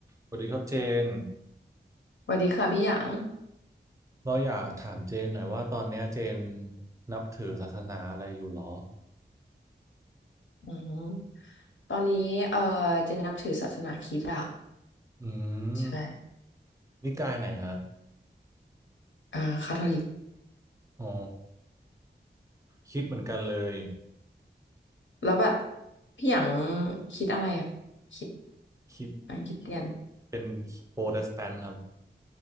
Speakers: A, on the right (about 15°); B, on the left (about 80°).
A: สวัสดีครับเจน
B: สวัสดีค่ะพี่หยาง
A: เราอยากถามเจนหน่อยว่าตอนเนี้ยเจนนับถือศาสนาอะไรอยู่หรอ
B: อืมตอนนี้เอ่อเจนนับถือศาสนาคริสต์อะ
A: อืม
B: ใช่
A: นิกายไหนฮะ
B: เอ่อคาทอลิก
A: อ๋อคิดเหมือนกันเลย
B: แล้วแบบพี่หยางคิดอะไรอะคิด
A: คิด
B: หยางคิดเดียน
A: เป็นโปรเตสแตนต์ครับ